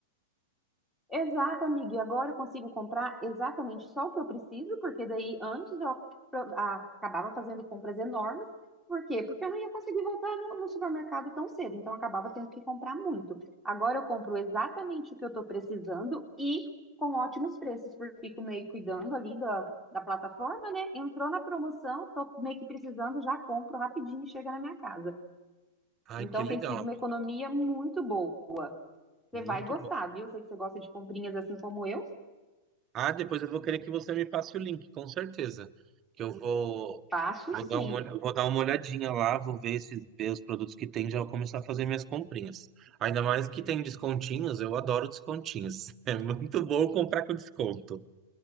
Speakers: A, in the centre; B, on the right (about 30°).
A: Exato, amiga. E agora eu consigo comprar exatamente só o que eu preciso, porque daí antes eu apro- a- acabava fazendo compras enormes. Por quê? Porque eu não ia conseguir voltar no, no supermercado tão cedo, então eu acabava tendo que comprar muito. Agora eu compro exatamente o que eu estou precisando e com ótimos preços, porque eu fico meio cuidando ali da, da plataforma, né? Entrou na promoção, estou meio que precisando, já compro rapidinho e chega na minha casa.
B: Ai,
A: Então
B: que legal,
A: tem sido
B: amigo.
A: uma economia muito boa. Você
B: Muito
A: vai gostar,
B: bom.
A: viu? Eu sei que você gosta de comprinhas assim como eu.
B: Ah, depois eu vou querer que você me passe o link, com certeza. Que eu vou,
A: Faço
B: vou
A: sim.
B: dar uma, olh- vou dar uma olhadinha lá, vou ver esses, ver os produtos que tem, já vou começar a fazer minhas comprinhas. Ainda mais que tem descontinhos, eu adoro descontinhos. <laughs> É muito bom comprar com desconto.